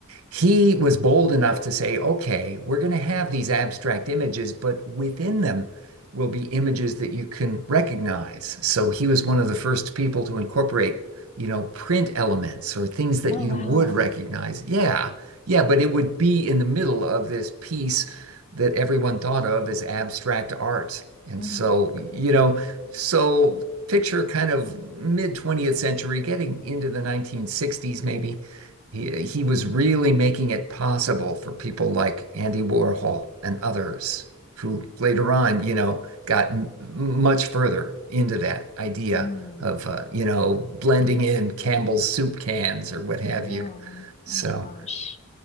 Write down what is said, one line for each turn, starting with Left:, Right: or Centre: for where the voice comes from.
Right: he was bold enough to say, okay, we're going to have these abstract images, but within them will be images that you can recognize. So he was one of the first people to incorporate, you know, print elements or things that
Left: Oh,
Right: you
Left: wow.
Right: would recognize. Yeah, yeah, but it would be in the middle of this piece that everyone thought of as abstract art. And
Left: Mm-hmm.
Right: so, you know, so picture kind of mid 20th century, getting into the 1960s maybe he he was really making it possible for people like Andy Warhol and others who later on, you know, got m much further into that idea
Left: Mm,
Right: of uh, you know, blending in Campbell's soup cans or what have
Left: yeah.
Right: you. So,
Left: Oh my gosh.